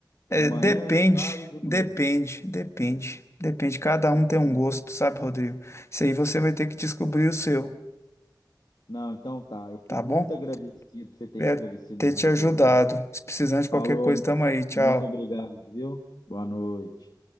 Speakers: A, on the left (about 40°); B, on the left (about 70°).
A: É,
B: De manhã,
A: depende,
B: de tarde ou de noite?
A: depende, depende, depende. Cada
B: Depende.
A: um tem um gosto, sabe, Rodrigo? Isso aí você vai ter que descobrir o seu,
B: Não, então tá. Eu fico
A: tá bom?
B: muito agradecido por você ter
A: Espero
B: esclarecido
A: ter
B: minhas
A: te ajudado.
B: dúvidas, viu?
A: Se precisar de qualquer
B: Falou,
A: coisa, tamo aí. Tchau.
B: muito obrigado, viu? Boa noite.